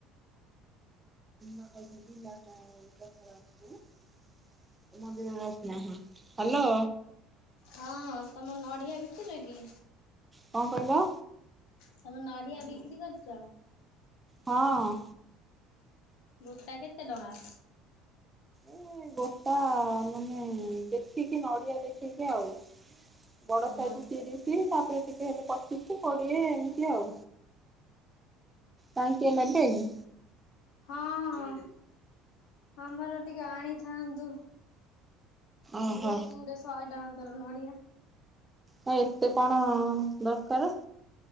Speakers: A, on the right; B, on the left.
A: ବା କହିଥିଲି ଗିଲାସ ଟସଲା ପାଇଁ। ମନ୍ଦିରରୁ ଆସିନା। ହ୍ୟାଲୋ।
B: ହଁ ତମେ ନଡ଼ିଆ ବିକୁଚ କି?
A: କଣ କହିଲ?
B: ତମେ ନଡିଆ ବିକ୍ରି କରୁଚ?
A: ହଁ।
B: ଗୋଟା କେତେ ଟଙ୍କା?
A: ଏ ଗୋଟା ମାନେ ଦେଖିକି ନଡିଆ ଦେଖିକି ଆଉ। ବଡ
B: ହଁ।
A: ସାଇଜ ତିରିଶ ତାପରେ ଟିକେ ହେଲେ ପଚିଶ କୋଡିଏ ଏମିତି ଆଉ। କାଇଁ କିଏ ନେବେ କି?
B: ହଁ ଆମର ଟିକେ ଆଣିଥାନ୍ତୁ।
A: ଓହୋ।
B: ବହୁତ ଗୁଟେ ଶହେ ଟଙ୍କା ତର ନଡିଆ।
A: ଆ ଏତେ କଣ ଦରକାର?